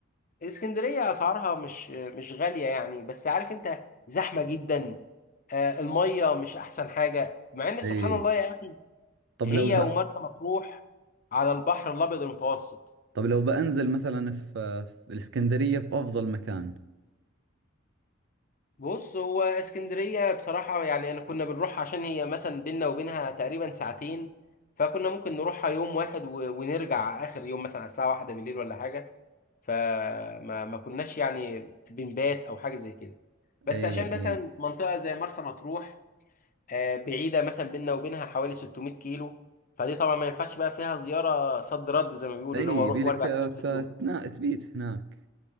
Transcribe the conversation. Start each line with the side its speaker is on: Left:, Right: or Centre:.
Left: اسكندريه اسعارها مش مش غاليه يعني بس عارف انت زحمه جدا آه، الميه مش احسن حاجه مع ان سبحان
Right: اي
Left: الله يا اخي
Right: طب
Left: هي
Right: لو ب...
Left: ومرسى مطروح على البحر الابيض المتوسط
Right: طب لو بنزل مثلا في, في الاسكندرية في افضل مكان
Left: بص هو اسكندرية بصراحة يعني أنا كنا بنروح عشان هي مثلا بينا وبينها تقريبا ساعتين فكنا ممكن نروحها يوم واحد و- ونرجع آخر يوم مثلا على الساعة واحدة بالليل ولا حاجة فما ما كناش يعني بنبات أو حاجة زي كده بس
Right: اي
Left: عشان مثلا
Right: اي
Left: منطقة زي مرسى مطروح آه، بعيدة مثلا بينا وبينها حوالي 600 كيلو فدي طبعا ما ينفعش بقى فيها زيارة صد رد زي ما بيقولوا
Right: اي
Left: اللي هو أروح
Right: يبي لك
Left: وأرجع
Right: آه،
Left: في نفس
Right: ت-
Left: اليوم
Right: تنا- تبيت هناك